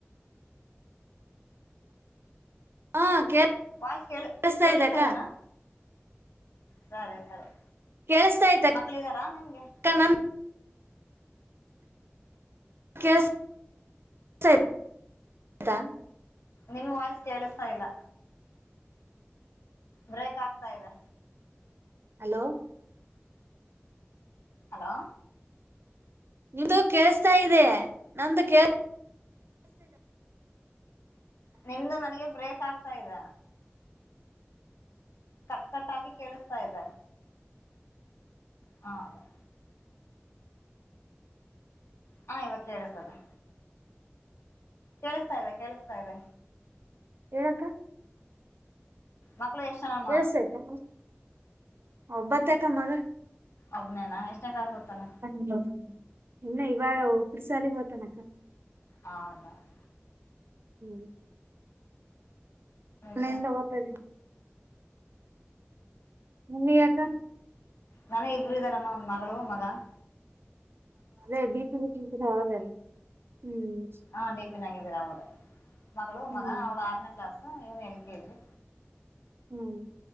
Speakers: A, on the right; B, on the left.
A: ಹ್ಮ್, ಕೆ
B: ವಾಯ್ಸ್ ಕೇಳ
A: ಕೇಳಸ್ತಾ
B: ಕೇಳಿಸ್ತಾ
A: ಇದೆ ಅಕ್ಕಾ
B: ಇದೆನಾ ಸರಿ, ಸರಿ
A: ಕೇಳಿಸ್ತೈ <unintelligible> ಇತ
B: ಮಕ್ಳಿದಾರಾ ನಿಮ್ಗೆ
A: ಮಾಮ ಓ ಕೇಳಿಸ್ತಾ ತಾ <unintelligible>
B: ನಿನ್ನ ವಾಯ್ಸ್ ಕೇಳಸ್ತಾ ಇಲ್ಲಾ ಬ್ರೇಕ್ ಆಗ್ತಾ ಇದೆ.
A: ಹಲೋ,
B: ಹಲೋ,
A: ನಿಂದು ಕೇಸ್ತಾ ಇದೆ. ನಂದು ಕೇ
B: ನಿಮ್ದು ನನಗೆ ಬ್ರೇಕ್ ಆಗ್ತಾ ಇದೆ. ಕಟ್ ಕಟ್ಟಾಗಿ ಕೇಳಿಸ್ತಾ ಇದೆ. ಹ ಅದೇ ಹಾ, ಇವಾಗ ಕೇಳಿಸ್ತಾಇದೆ. ಕೇಳಿಸ್ತಾ ಇದೆ, ಕೇಳಿಸ್ತಾ ಇದೆ.
A: ಹೇಳಕ್ಕಾ
B: ಮಕ್ಕಳು ಎಷ್ಟ ಜನಾ
A: ಕೆಳ್ಸೈತೆ ಒಬ್ಬತ್ತೆ <unintelligible> ಕ ಮಗ
B: ಒಬ್ಬನೇನ ಎಷ್ಟನೇ ಕ್ಲಾಸ್ ಓದುತ್ತಾನೆ.
A: ಹ ಹ <unintelligible> ಇನ್ನು ಇವಾಗ ಉಪ್ಪಿಟ್ಟು ಸಾಲಿಗೆ ಹೊಯ್ತನಕ್ಕಾ.
B: ಹೌದಾ <inaudible>
A: ಹ್ಮ್ <inaudible> ಮನೆಯಿಂದ
B: ವಿಷಯ
A: ಹೋಯ್ತಾದ್ದೀವಿ. ನೀ ಅಕ್ಕಾ
B: ನನಿಗಾ ಇಬ್ರು ಇದಾರಮ್ಮ ಒಂದ ಮಗಳು, ಮಗಾ-
A: ಅದೇ ಡಿ ಪಿ ಇಟ್ಟಿದ್ರಲ್ಲ ಅವರಲ್ಲಾ ಹ್ಮ್,
B: ಹಾ, ಡಿ ಪಿ ನಗಿದ್ದೀರ ಅವಳು ಮಗಳು,
A: ಹ್ಮ್
B: ಮಗ ಅವ್ಳ್ಆರನೇ ಕ್ಲಾಸ್ ಇವನ್ ಎಲ್, ಕೆ, ಜಿ.
A: ಹ್ಮ್,